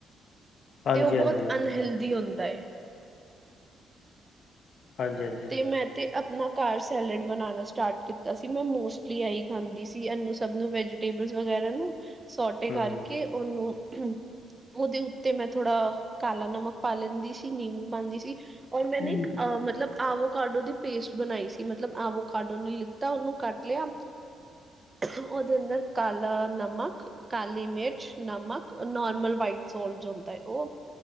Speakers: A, on the left; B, on the right.
A: ਹਾਂਜੀ
B: ਤੇ ਉਹ ਬਹੁਤ
A: ਹਾਂਜੀ ਹਾਂਜੀ
B: ਅਨਹਲਦੀ ਹੁੰਦਾ ਏ।
A: ਹਾਂਜੀ ਹਾਂਜੀ।
B: ਤੇ ਮੈਂ ਤੇ ਆਪਣਾ ਘਰ ਸੈਲਡ ਬਣਾਉਣਾ ਸਟਾਰਟ ਕੀਤਾ ਸੀ ਮੈਂ ਮੋਸਟਲੀ ਆਹੀ ਖਾਂਦੀ ਸੀ ਇਹਨੂੰ ਸਭ ਨੂੰ ਵੈਜ ਟੇਬਲ ਵਗੈਰਾ ਨੂੰ ਸੋਟੇ
A: ਹੂੰ
B: ਕਰਕੇ ਉਹਨੂੰ। ਉਹਦੇ ਉੱਤੇ ਮੈਂ ਥੋੜਾ ਕਾਲਾ ਨਮਕ ਪਾ ਲੈਂਦੀ ਸੀ ਨਿੰਬੂ ਪਾਉਂਦੀ ਸੀ। ਔਰ ਮੈਂਨੇ
A: ਹਾਂਜੀ
B: ਇੱਕ ਅ ਮਤਲਬ ਆਵੋ ਕਾਡੋ ਦੀ ਪੇਸਟ ਬਣਾਈ ਸੀ ਮਤਲਬ ਆਵੋ ਕਾਡੋ ਨੇ ਲਿੱਤਾ ਉਹਨੂੰ ਕੱਟ ਲਿਆ।
A: <unintelligible>
B: ਉਹਦੇ ਅੰਦਰ ਕਾਲਾ ਨਮਕ ਕਾਲੀ ਮਿਰਚ ਨਮਕ ਨਾਰਮਲ ਵਾਈਟ ਸੋਲਸ ਹੁੰਦਾ। ਉਹ